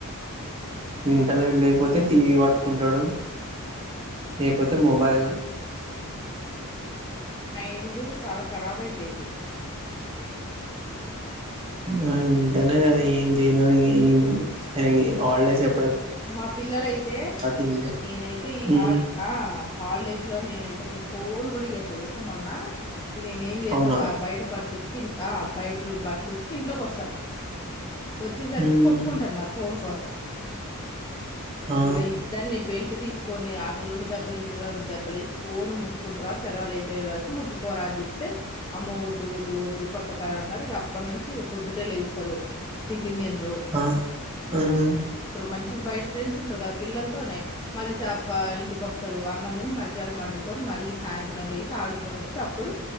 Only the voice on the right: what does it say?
ఇంటర్నెట్ లేకపోతే టీవీ వాట్ కుంటాడు లేకపోతే మొబైల్
ఆ ఇంటనే కదా ఏం చేయలే ఆయన హాలిడేస్ ఎ
ఇంతే.
ఉమ్
అవునా
ఉమ్
ఆ
ఆ ఉమ్